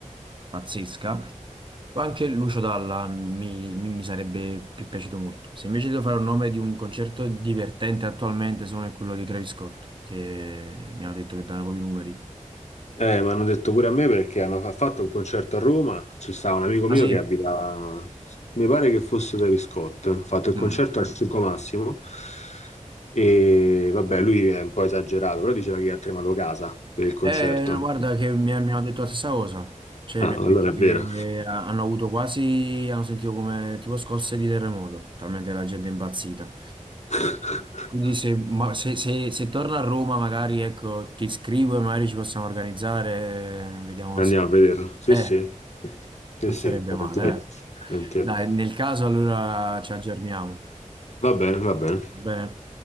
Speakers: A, on the right; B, on the left.
A: pazzesca. O Anche Lucio Dalla mi, mi- mi sarebbe più piaciuto molto. Se invece devo fare un nome di un concerto divertente attualmente, sono quello di Travis Scott, che mi hanno detto che danno proprio i numeri.
B: Eh, mi hanno detto pure a me perché hanno fa- fatto un concerto a Roma, c'è stato un amico
A: Ah
B: mio
A: sì?
B: che abita, mi pare che fosse Travis Scott, ha fatto il
A: Mm.
B: concerto al Circo Massimo e vabbè, lui è un po' esagerato, però diceva che ha tremato casa per il concerto.
A: Eh, no, guarda che mi, mi hanno detto la stessa cosa, cioè
B: Ah,
A: mi hanno
B: allora
A: detto
B: è
A: che
B: vero.
A: ha- hanno avuto quasi, hanno sentito come tipo scosse di terremoto, talmente la gente è impazzita.
B: <laughs>
A: Quindi se, ma- se, se- se torno a Roma magari ecco, ti scrivo e magari ci possiamo organizzare, eh, vediamo
B: Andiamo
A: se...
B: a vederlo. Sì,
A: Eh,
B: sì, sì,
A: non
B: sì,
A: sarebbe
B: volentieri.
A: male, eh.
B: Volentieri.
A: Dai, nel caso allora ci aggiorniamo,
B: Va bene, va bene.
A: va bene?